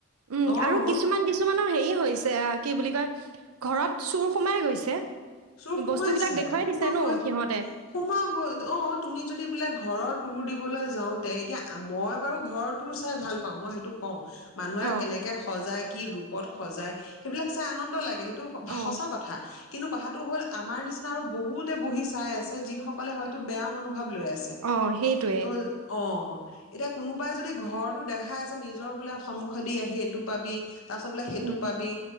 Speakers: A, on the right; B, on the left.
A: উম
B: অ
A: আৰু কিছুমান কিছুমানৰ হেৰি এই হৈছে কি বুলি কয় ঘৰত চুৰ সোমাই গৈছে
B: চোৰ সোমাইছে
A: বস্তুবিলাক দেখুৱাই
B: সোমাবই
A: দিছে ন সিহঁতে
B: সোমাবই অ' তুমি যদি বোলে ঘৰৰ তোৰ দিবলৈ যাওঁতে এতিয়া মই বাৰু ঘৰ তোৰ চাই ভাল পাওঁ মই সেইটো কওঁ মানুহে
A: অ
B: কেনেকে সজাই কি ৰূপত সজাই সেইবিলাক চাই আনন্দ লাগে সেই এইটো
A: অ
B: সঁচা কথা। কিন্তু <unintelligible> হ'ল আমাৰ নিচিনা আৰু বহুতে বহি চাই আছে যিসকলে হয়তো বেয়া মনোভাৱ লৈ আছে
A: অ সেইটোৱে
B: ত' অ' এতিয়া কোনোবাই যদি ঘৰৰতটো দেখাই আছে নিজৰ বোলে সন্মুখে দি আহি এইটো পাবি তাৰপিছত বোলে সেইটো
A: উম
B: পাবি